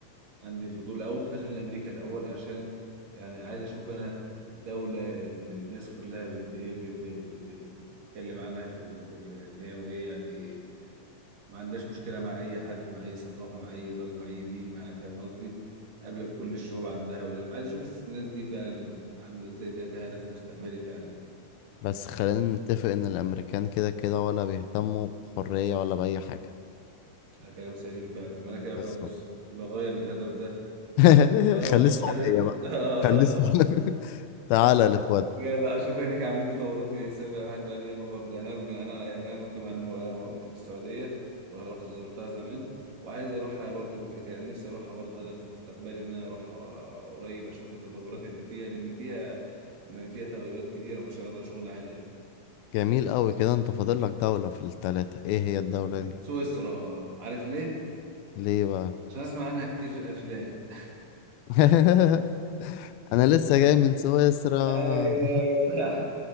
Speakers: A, on the right (about 60°); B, on the left (about 80°).
A: عندي فضول أو ممكن أخلي أمريكا الأول عشان يعني عايز أشوف أنا الدولة اللي الناس كلها بت إيه ب- ب- ب- ب- بتتكلم عنها في ال... في ال... إن هي وإيه يعني ما عندهاش مشكلة مع أي حد مع أي ثقافة مع أي راجل مع أي دين مع فاهم قصدي قابلة بكل الشعوب عندها ولما عايز أشوف الناس دي فعلا عاملة إزاي ده كهدف مستقبلي فعلا
B: بس خلينا نتفق ان الامريكان كده كده ولا بيهتموا بحرية ولا بأي حاجة
A: ده كلام سليم فعلا يبقى أنا كده
B: بالظبط
A: خلاص يبقى أغير الهدف ده
B: <laughs>
A: هو
B: خليه
A: مش
B: السعودية
A: محتاج
B: بقى
A: <laughs> آه.
B: خليه السعودية <laughs> تعالى يا الاخوات
A: يا لا اشوف هناك عاملين تطورات من السبب واحد بقاله ياما برضه يعني انا انا يعني انا كنت مع انه أنا كنت في السعوديه رح- رحت زرتها زمان وعايز اروحها برضه كان نفسي اروحها برضه هدف مستقبلي ان انا اروحها قريب اشوف التطورات اللي فيها لان فيها ما فيها تغيرات كتيره ما شاء الله شغل عالي يعني
B: جميل قوي كده انت فاضل لك دولة في التلاتة ايه هي الدولة دي
A: سويسرا عارف ليه؟
B: ليه بقى
A: عشان اسمع عنها كتير في الافلام <laughs>
B: <laughs> انا لسه جاي من سويسرا
A: ايوه
B: <laughs>
A: يا جدع.